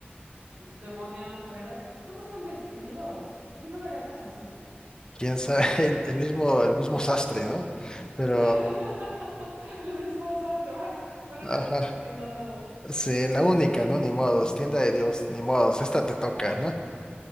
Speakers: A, on the right; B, on the left.
A: demonios, whatever. No creo que estén vestidos. ¿Por qué lo veremos así?
B: quién sabe, <laughs> el, el mismo, el mismo sastre, ¿no? Pero,
A: <laughs> El mismo, o sea, te van, van a
B: ajá,
A: la misma tienda todos.
B: sí, la única, ¿no? Ni modos, tienda de Dios, ni modos, esta te toca, ¿no?